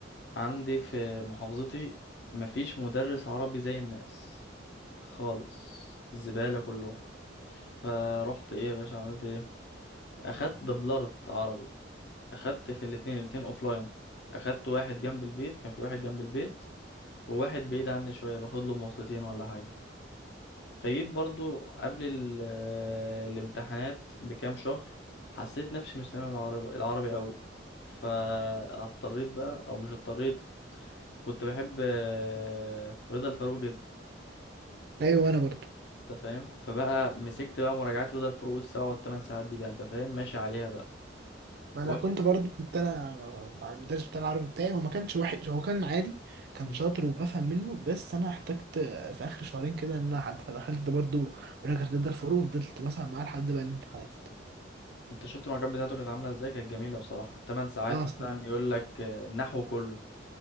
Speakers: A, on the left (about 60°); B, on the right (about 55°).
A: عندي في محافظتي مفيش مدرس عربي زي الناس خالص الزبالة كلهم فروحت ايه يا باشا عملت ايه اخدت دبلرت عربي اخدت في الاتنين الاتنين اوفلاين اخدت واحد جنب البيت كان في واحد جنب البيت وواحد بعيد عني شوية باخد له مواصلتين ولا حاجة فجيت برضو قبل ال- آه، الامتحانات بكام شهر حسيت نفسي مش سامع العربي العربي قوي فاضطريت بقى او مش اضطريت كنت بحب آه، رضا الفاروق جدا
B: ايوه انا برضو
A: انت فاهم فبقى مسكت بقى مراجعات رضا الفاروق السبع والثمان ساعات دي بقى انت فاهم ماشي عليها بقى
B: ما
A: وقت
B: انا كنت برضو كنت انا مع المدرس بتاع العربي بتاعي هو ما كانش وحش هو كان عادي كان
A: مم.
B: شاطر وبفهم منه بس انا احتجت في اخر شهرين كده ان انا حد فدخلت برضو براجر ضد الفروق فضلت مثلا معاه لحد بقى الامتحانات
A: انت شفت المراجعات بتاعته كانت عامله ازاي كانت جميله بصراحه الثمان ساعات
B: اه
A: مثلا يقول لك آه، النحو كله